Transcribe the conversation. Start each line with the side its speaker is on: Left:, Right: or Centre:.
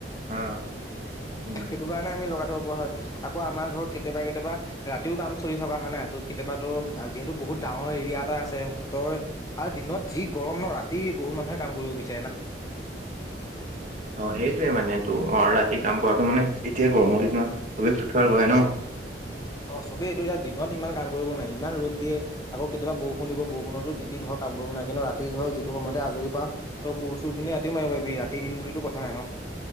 Right: অ উম
Left: সেইটো কাৰণে আমি লগ পৰা হয় আকৌ আমাৰ ধৰক কেতিয়াবা কেতিয়াবা ৰাতিও কাম চলি থকা হয় নাই ত কেতিয়াবা যিহেতু বু বহুত ডাঙৰ এৰিয়া এটা আছে তই আৰু দিনত যি গৰম ন ৰাতি বহুত মানুহে কাম কৰিব বিচাৰে না।
Right: অ, সেইটোয়ে মানে তটো অ ৰাতি কাম কৰাটো মানে এতিয়া গৰমৰ দিনত চব ফুঠোৱাৰ ন <inaudible>
Left: অ, চবেই এইটো এতিয়া দিনত ইমান কাম কৰিব নাই ইমান ৰ'দ দিয়ে আকৌ কেতিয়াবা বহু শুনিব বৰষুণতো তি ধৰ কাম কৰিব নাই কিন্তু ৰাতি ধৰ যিটো সময়তে আজৰি পাও ক চুৰ খিনি ৰাতিও মাৰিবািব ৰাতি দিন বুলিতো কথাহে নাই ন?